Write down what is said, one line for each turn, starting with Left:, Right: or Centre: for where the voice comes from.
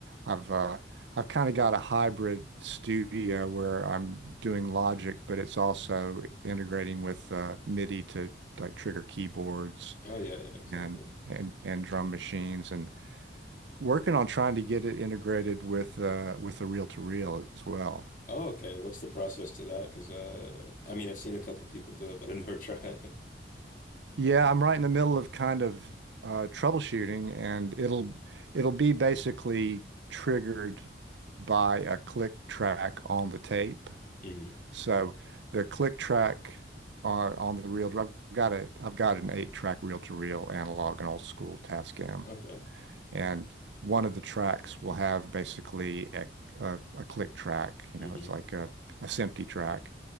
Right: I've uh, I've kind of got a hybrid studio where I'm doing Logic, but it's also integrating with uh, MIDI to like trigger keyboards
Left: Oh yeah, yeah, exactly.
Right: and and and drum machines, and working on trying to get it integrated with uh, with the reel to reel as well.
Left: Oh, okay. What's the process to that? Because uh, I mean, I've seen a couple people do it, but I never <laughs> tried.
Right: Yeah, I'm right in the middle of kind of uh, troubleshooting, and it'll it'll be basically triggered by a click track on the tape.
Left: hmm
Right: So the click track on on the reel, I've got a I've got an eight track reel to reel analog an old school Tascam,
Left: Okay.
Right: and one of the tracks will have basically a, a, a click track. You
Left: hmm
Right: know, it's like a a SMPTE track,